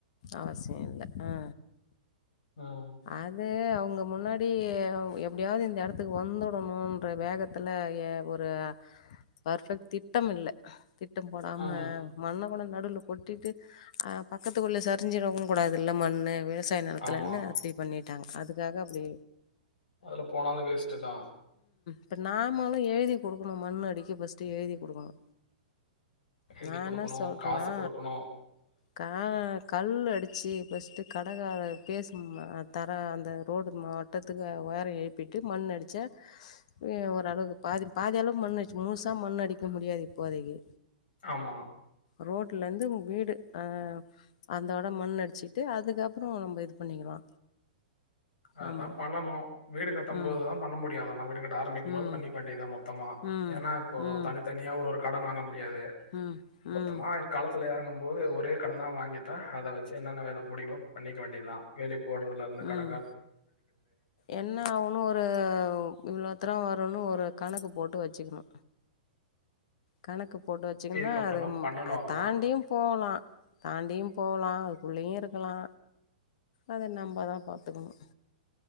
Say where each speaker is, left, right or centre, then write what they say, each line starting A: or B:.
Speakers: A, on the left; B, on the left.
A: அவசியொ இல்ல அ
B: ம்.
A: அது அவ் ங்க முன்னாடி எப்டியாவ்து இந்த எடத்துக்கு வந்துடணுன்ற வேகத்துல ஏ ஒரு பர்ஃபெக்ட் திட்டம் இல்ல திட்டம் போடாம
B: ம்.
A: மண்ண கொண் வந்து நடுவுல கொட்டிட்டு ஆ பக்கத்துக்குள்ள சரிஞ்சிரவு கூடாதுல்ல மண்ணு வெ வசாய நெலத்துலன்னு
B: ஆமா.
A: அப்டி பண்ணிட்டாங்க அதுக்காக அப்டி
B: அதுல போனாலு வேஸ்ட்டுதா
A: இப்போ நாமளு எழுதி குடுக்கணு மண் அடிக்க ஃபர்ஸ்ட்டு எழுதி குடுக்கணு
B: எழுதி
A: நா
B: குடுக்கணு
A: என்ன சொல்றேன்னா
B: காசு குடுக்கணு
A: கா கல் அடிச்சு, ஃபஸ்ட்டு கடலால பேசும்மா தர அந்த ரோடு மாட்டத்துக்கு, உயர எழுப்பிட்டு மண் அடிச்சே ம் ஓரளவுக்கு பாதி பாதி அளவுக்கு மண் அடிச்சு, முழுசா மண் அடிக்க முடியாது இப்போதைக்கு
B: ஆமா
A: ரோட்ல இருந்து வு வீடு அ அந்தோட மண் அடிச்சிட்டு, அதுக்கப்புறோ நம்ம இது பண்ணிக்கலா
B: அதுதா
A: ஆமா
B: பண்ணணு வீடு கட்டும்
A: ம்
B: போதுதா பண்ண முடியு அதெல்லா வீடுங்கன்டு ஆரம்பிக்கும்
A: ம்
B: போது பண்ணிக்க வேண்டியதுதா மொத்தம் மா
A: ம்
B: ஏனா இப்போ
A: ம்
B: தனித்தனியா ஒரு ஒரு கடன் வாங்க மு டியாது
A: ம்
B: மொத்தமா
A: ம்
B: கலத்துல எறங்க போது ஒரே கடனா வாங்கிட்டா, அத வச்சு என்னென்ன வேல முடியுமோ பண்ணிக்க வேண்டியதா. வேலி போடுறதுல இருந்து கட
A: ம் என்ன ஆகனு ஒரு இவ்ளோத்துர வருனு ஒரு கணக்கு போட்டு வச்சுக்கணு. கணக்கு போட்டு வச்சுங்கன்னா,
B: இதுக்கப்புறம்
A: அது
B: தான் பண்ணணும்
A: அத்
B: அதெல்லாம்
A: தாண்டியு போலா, தாண்டியு போலா, அதுக்குள்ளையு இருக் போலா, அத நம்ம தா பாத்துக்கணு